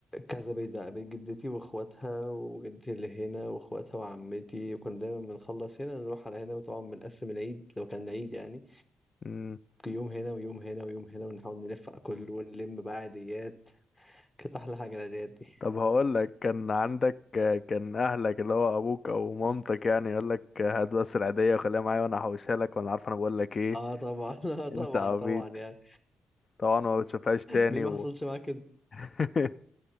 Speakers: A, on the left; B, on the left.
A: كذا بيت بقى بيت جدتي واخواتها وجدتي اللي هنا واخواتها وعمتي وكنا دايما بنخلص هنا نروح على هنا وطبعا بنقسم العيد لو كان العيد يعني
B: امم
A: يوم هنا ويوم هنا ويوم هنا ونحاول نلف على كله ونلم بقى عيديات كانت احلى حاجه العيديات دي
B: طب هقول لك كان عندك كان اهلك اللي هو ابوك او مامتك يعني يقول لك هات بس العيدية وخليها معايا وانا هحوشها لك وانا عارف انا بقول لك ايه
A: اه طبعا <laughs> اه طبعا
B: انت عبيط
A: طبعا يعني
B: طبعا ما بتشوفهاش تاني
A: مين ما
B: و...
A: حصلش معاه كده
B: <laughs>